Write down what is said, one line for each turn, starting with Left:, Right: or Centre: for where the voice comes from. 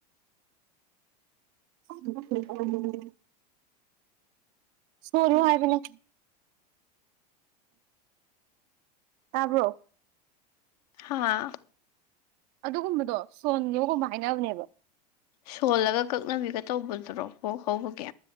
Right: ꯎꯝ ꯁꯨꯅꯤ ꯍꯥꯏꯕꯅꯦ ꯇꯥꯕ꯭ꯔꯣ
Left: ꯍꯥꯥ
Right: ꯑꯗꯨꯒꯨꯝꯕꯗꯣ ꯁꯣꯟꯌꯣꯒꯨꯝꯕ ꯍꯥꯏꯅꯕꯅꯦꯕ
Left: ꯁꯣꯜꯂꯒ ꯀꯛꯅꯕꯤꯒ ꯇꯧꯕꯗꯨꯔꯣ ꯄꯣꯛ ꯍꯧꯕꯒꯤ